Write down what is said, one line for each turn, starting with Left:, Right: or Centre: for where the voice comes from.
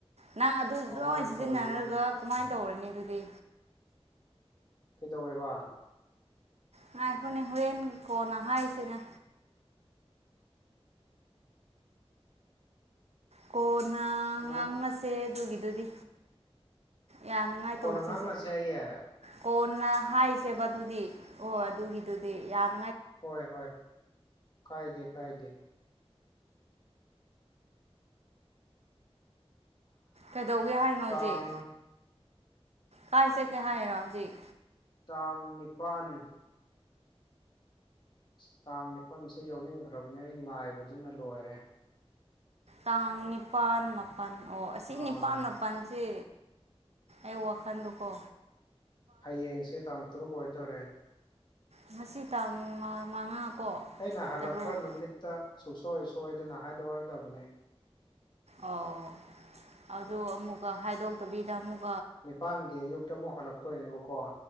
Right: ꯅꯪ ꯑꯗꯨ
Left: ꯀꯃꯥꯏꯅ
Right: ꯂꯣꯏ ꯁꯤꯖꯤꯟꯅꯔꯒ
Left: ꯇꯧꯔꯣꯏꯗꯣꯏꯅꯣ
Right: ꯀꯃꯥꯏꯅ ꯇꯧꯔꯅꯤ ꯑꯗꯨꯗꯤ
Left: ꯀꯩꯗꯧꯋꯦꯕ
Right: ꯉꯥꯏ ꯍꯣꯏꯅꯦ ꯍꯣꯔꯦꯟ ꯀꯣꯅ ꯍꯥꯏꯁꯤꯅꯦ ꯀꯣꯟꯅ ꯉꯥꯡꯅꯁꯦ
Left: ꯅꯪ
Right: ꯑꯗꯨꯒꯤꯗꯨꯗꯤ ꯌꯥꯅꯉꯥꯏ
Left: ꯀꯣꯟꯅ
Right: ꯇꯧꯁꯤꯁꯦ
Left: ꯉꯥꯡꯅꯁꯦ ꯑꯩꯌꯦ
Right: ꯀꯣꯟꯅ ꯍꯥꯏꯁꯦꯕ ꯑꯗꯨꯗꯤ ꯍꯣꯏ ꯑꯗꯨꯒꯤꯗꯨꯗꯤ ꯌꯥꯅꯤ
Left: ꯍꯣꯏ ꯍꯣꯏ ꯀꯥꯏꯗꯦ ꯀꯥꯏꯗꯦ
Right: ꯀꯩꯗꯧꯒꯦ ꯍꯥꯏꯔꯤꯅꯣ
Left: ꯇꯥꯡ
Right: ꯍꯧꯖꯤꯛ ꯀꯥꯏ ꯆꯠꯀꯦ ꯍꯥꯏꯅꯣ ꯍꯧꯖꯤꯛ
Left: ꯇꯥꯡ ꯅꯤꯄꯜ ꯑꯁ ꯇꯥꯡ ꯅꯤꯄꯜꯁꯦ ꯌꯥꯎꯅꯤꯡꯈ꯭ꯔꯕꯅꯦ ꯑꯩ ꯉꯥꯏꯕꯗꯨꯅ ꯂꯣꯏꯔꯦ
Right: ꯇꯥꯡ ꯅꯤꯄꯥꯜ ꯃꯥꯄꯜ ꯑꯣ ꯑꯁꯤ
Left: ꯑꯥ
Right: ꯅꯤꯄꯥꯜ ꯃꯥꯄꯜꯁꯦ ꯑꯨꯀꯥꯟꯗꯀꯣ
Left: ꯍꯌꯦꯡꯁꯦ ꯇꯥꯡ ꯇꯔꯨꯛ ꯑꯣꯏꯗꯣꯔꯦ
Right: ꯉꯁꯤ ꯇꯥꯡ ꯃꯉꯥ ꯀꯣ
Left: ꯑꯩꯅ ꯍꯜꯂꯛꯄ
Right: ꯇꯔꯨꯛ
Left: ꯅꯨꯃꯤꯠꯇ ꯁꯨꯡꯁꯣꯏ ꯁꯣꯏꯗꯅ ꯍꯥꯏꯗꯣꯛꯔꯗꯕꯅꯤ
Right: ꯑꯣ ꯑꯗꯨ ꯑꯃꯨꯛꯀ ꯍꯥꯏꯗꯣꯛꯇꯕꯤꯗ ꯑꯃꯨꯛ
Left: ꯅꯤꯄꯥꯥꯟꯒꯤ ꯑꯌꯨꯛꯇ ꯑꯃꯨꯛ ꯍꯜꯂꯛꯇꯣꯏꯅꯦꯕꯀꯣ